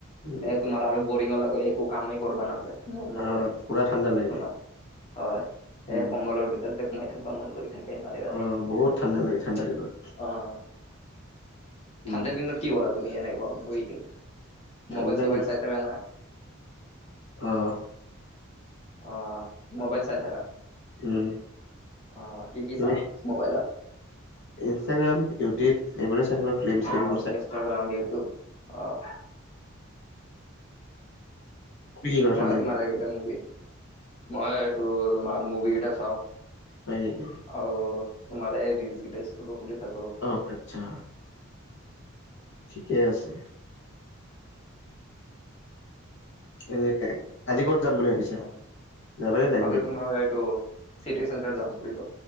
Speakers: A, on the left; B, on the left.
A: উম
B: এ তোমাৰ আৰু বৰিঙৰ লগত একো কামেই কৰিবা নাযায়। মন নকৰে
A: অ
B: <unintelligible>
A: পুৰা ঠাণ্ডা লাগে
B: হয়
A: উম
B: এ কম্বলৰ ভিতৰতে সোমাই থাক বা মন কৰি থাকে। সেই
A: অ বহুত ঠাণ্ডা লাগে ঠাণ্ডা
B: <unintelligible>
A: দিনত।
B: অ'।
A: উম
B: ঠাণ্ডাৰ দিনত কি কৰা তুমি এনে ঘৰত বহি কিনে
A: ঠাণ্ডা
B: মোবাইল চবাইল চাই থাকা না?
A: অঁ'।
B: অ', মোবাইল চাইল থাক
A: উম
B: অ', কি কি
A: তুমি
B: চা মোবাইলত?
A: ইনষ্টাগ্ৰাম ইউটিউব এইবোৰে চাই থকা ফিল্ম
B: অ
A: শ্লিমবোৰ চাই
B: ইনষ্টাগ্ৰাম, ইউটউব অ'।
A: তুমি কি কৰা ঠাণ্ডা
B: মই তোমাৰ
A: দিনত
B: এইকেইটা মুভি, মই এইটো তোমাৰ মুভি কেইটা চাও।
A: হয় নেকি?
B: আৰু তোমালে এই ৰিলছ কেইটা স্ক্ৰল কৰি থাকো।
A: অ', আচ্ছা। ঠিকে আছে। এ আজি ক'ত যাম বুলি ভাবিছা?
B: অ
A: যাবানে নাই
B: আজি
A: ঘূৰিব?
B: তোমাৰ এইটো চিটি চেণ্টাৰত যাম ফুৰিব।